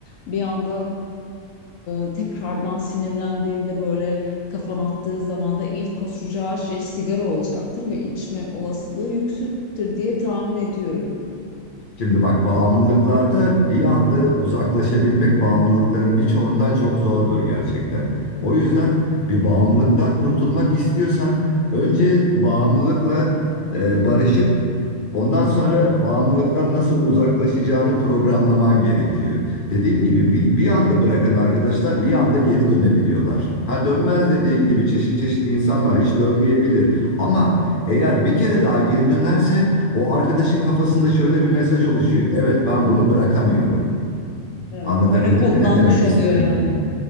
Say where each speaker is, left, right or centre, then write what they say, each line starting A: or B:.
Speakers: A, on the left; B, on the left.
A: bir anda e, tekrardan sinirlendiğinde böyle kafan attığı zaman da ilk koşacağı şey sigara olacaktır ve içme olasılığı yüksektir diye tahmin ediyorum.
B: Şimdi bak bağımlılıklarda bir anda uzaklaşabilmek bağımlılıkların birçoğundan çok zordur gerçekten. O yüzden bir bağımlılıktan kurtulmak istiyorsan önce bağımlılıkla e, barışıp ondan sonra bağımlılıktan nasıl uzaklaşacağını programlaman gerekiyor. Dediğim gibi bir, bir anda bırakan arkadaşlar bir anda geri dönebiliyorlar. Ha dönmez dediğin gibi çeşit çeşit insan var hiç dönmeyebilir. Ama eğer bir kere daha geri dönerse o arkadaşın kafasında şöyle bir mesaj oluşuyor. Evet, ben bunu bırakamıyorum.
A: Evet,
B: Anlatabildim
A: öyle kodlanmış
B: mi ne demek
A: oluyor
B: istediğimi?
A: yani.